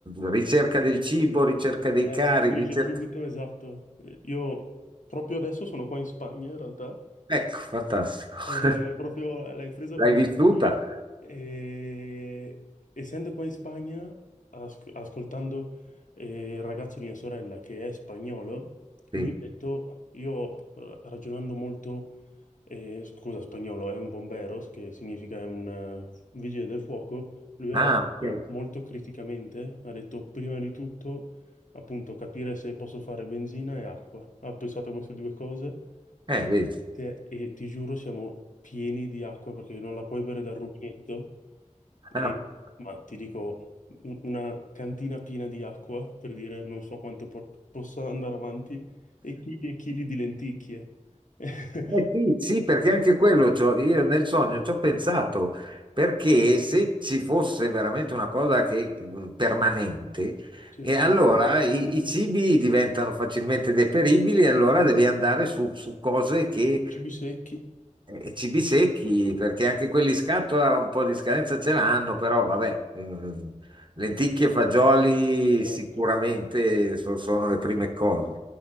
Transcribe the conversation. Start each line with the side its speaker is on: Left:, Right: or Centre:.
Right: eh, ricerca del cibo, ricerca dei
Left: Eh,
Right: cari,
Left: si finisce
Right: ricerca...
Left: subito, esatto. Eh, Io proprio adesso sono qua in Spagna in realtà
Right: Ecco, fantastico.
Left: Eh,
Right: <laughs>
Left: proprio l'hai presa
Right: L'hai
Left: a puntino.
Right: vissuta?
Left: E, essendo qua in Spagna, as- ascoltando eh, il ragazzo di mia sorella che è spagnolo, lui
Right: Sì.
Left: ha detto, io eh, ragionando molto, eh, scusa, spagnolo è un bomberos, che significa è un eh, vigile del fuoco, lui ha
Right: Ah,
Left: ragionato
Right: ok.
Left: molto criticamente, ha detto prima di tutto appunto capire se posso fare benzina e acqua. Ha pensato a queste due cose
Right: Eh, vedi.
Left: Te- E ti giuro, siamo pieni di acqua perché non la puoi bere dal rubinetto. E,
Right: <laughs>
Left: ma ti dico, un- una cantina piena di acqua per dire non so quanto po- possa andare avanti e chili e chili di lenticchie. <laughs>
Right: Eh sì, sì, perché anche quello c'ho- io nel sogno ci ho pensato, perché se ci fosse veramente una cosa che, eh, permanente,
Left: Cioè,
Right: e allora i, i cibi diventano facilmente deperibili, e allora devi andare su, su cose che,
Left: cibi secchi.
Right: eh, cibi secchi, perché anche quelli in scatola un po' di scadenza ce l'hanno, però vabbè, ehm, lenticchie e fagioli
Left: Esatto.
Right: sicuramente so- sono le prime cose.